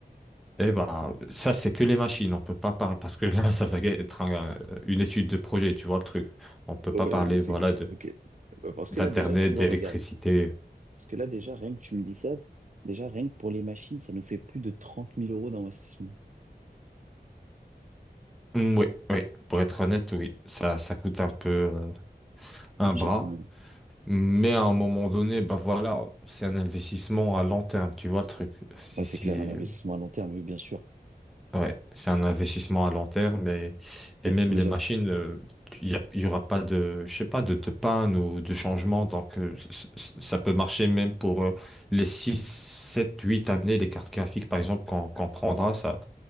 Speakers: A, in the centre; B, on the right (about 45°).
A: Et bah ça, c'est que les machines, on peut pas parler parce que là, <laughs> ça va être un- une étude de projet, tu vois le truc. On peut
B: Oh,
A: pas
B: ouais,
A: parler,
B: là, c'est-
A: voilà,
B: ok. Bah, Parce que
A: d'Internet,
B: là, déjà, tu vois,
A: d'électricité.
B: regarde. Parce que là, déjà, rien que tu me dis ça, déjà, rien que pour les machines, ça nous fait plus de trente mille euros d'investissement.
A: Mm, Oui, oui, pour être honnête, oui, ça, ça coûte un peu euh,
B: Ça
A: un
B: coûte
A: bras.
B: cher quand même.
A: Mais à un moment donné, bah voilà, c'est un investissement à long terme, tu vois le truc. Si,
B: Ouais, c'est
A: si,
B: clair, un investissement à long terme, oui, bien sûr.
A: ouais, c'est un investissement à long terme et, et
B: Mais,
A: même
B: mais
A: les
B: j'av-
A: machines, euh, il y a- il y aura pas de, je sais pas, de, de panne ou de changement. Donc, euh, c- c- ça peut marcher même pour euh, les 6, 7, 8 années, les cartes graphiques, par exemple, qu'on qu'on prendra, ça.